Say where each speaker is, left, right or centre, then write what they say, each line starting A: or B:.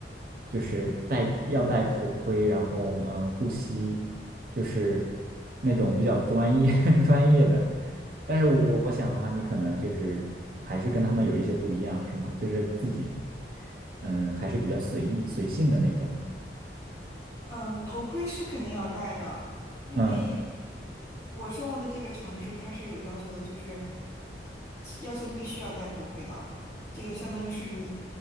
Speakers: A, on the right; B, on the left.
A: 就是戴要戴头盔，然后嗯、呃护膝，就是那种比较专业 <laughs> 专业的。但是我我我想的话，你可能就是还是跟他们有一些不一样，是吗？就是自己，嗯，还是比较随意随性的那种。
B: 嗯，头盔是肯定要戴的，因为
A: 嗯
B: 我生活的这个城市它是有要求的，就是要求必须要戴头盔的。这个相当于是你，